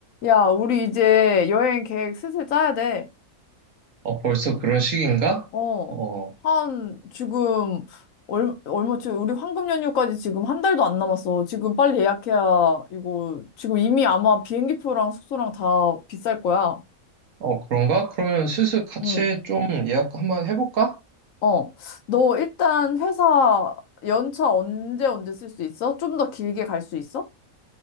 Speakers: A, on the left; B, on the right.
A: 야, 우리 이제 여행 계획 슬슬 짜야 돼.
B: 어, 벌써 그런 시기인가?
A: 어.
B: 어,
A: 한, 지금, 얼, 얼마, 지금 우리 황금 연휴까지 지금 한 달도 안 남았어. 지금 빨리 예약해야, 이거, 지금 이미 아마 비행기표랑 숙소랑 다 비쌀 거야.
B: 어, 그런가? 그러면 슬슬 같이
A: 응.
B: 좀 예약 한번 해볼까?
A: 어. 너 일단 회사 연차 언제 언제 쓸 수 있어? 좀 더 길게 갈 수 있어?